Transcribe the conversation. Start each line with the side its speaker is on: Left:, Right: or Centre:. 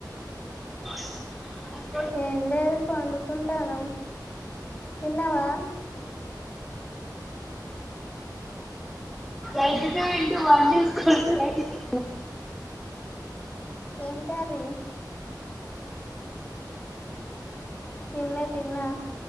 Centre: అ <inaudible>
Left: ఏం లేదు పండుకుంటానము తిన్నావా
Centre: eighty two into <unintelligible> school eight కి
Left: ఎం కర్రీ తిన్నా తిన్నా